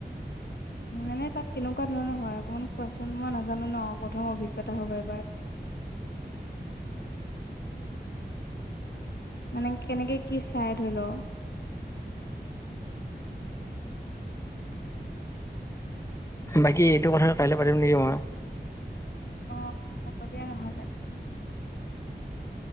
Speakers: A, on the left; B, on the left.
A: মানে তাত কেনেকুৱা ধৰণৰ হয় অকণমান কোৱাচোন, মই নাজানো ন প্ৰথম অভিজ্ঞতা হ'ব এবাৰ মানে কেনেকে কি চাই ধৰি ল
B: বাকী এইটো কথা কাইলে পাতিম নেকি মই
A: অ হ'ব দিয়া নহলে